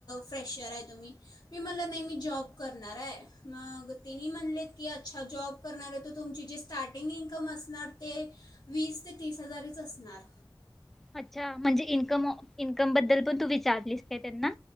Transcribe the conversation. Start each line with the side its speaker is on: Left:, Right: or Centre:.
Left: फ्रेशर आहे तुम्ही मी म्हलं नाही मी जॉब करणार आहे मग तिने म्हणलेत की अच्छा जॉब करणार तर तुमची जे स्टार्टिंग इन्कम असणार ते वीस ते तीस हजारच असणार
Centre: अच्छा म्हणजे इन्कम इन्कम बद्दल पण तू विचारलीस काय त्यांना